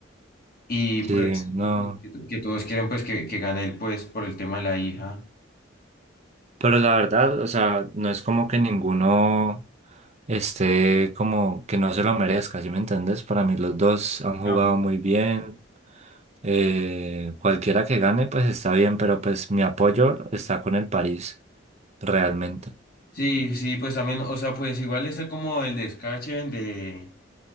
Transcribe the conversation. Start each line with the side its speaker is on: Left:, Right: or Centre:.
Left: Y pues
Right: Sí, no.
Left: sí, pues, que, que todos quieren pues que, que gane él pues por el tema de la hija.
Right: Pero la verdad, o sea, no es como que ninguno esté como que no se lo merezca, ¿sí me entiendes? Para mí los dos han jugado
Left: Ambos.
Right: muy bien. Eh, cualquiera que gane, pues está bien, pero pues mi apoyo está con el París, realmente.
Left: Sí, sí, pues también, o sea, pues igual está como el descache de,